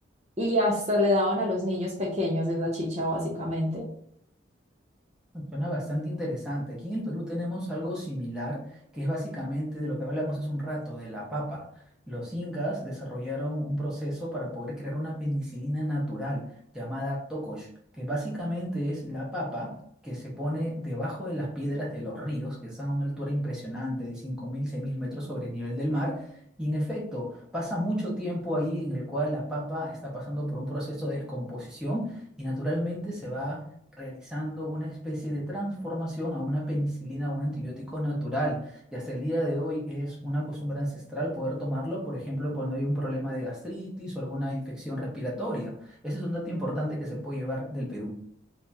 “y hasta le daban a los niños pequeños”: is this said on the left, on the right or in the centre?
Right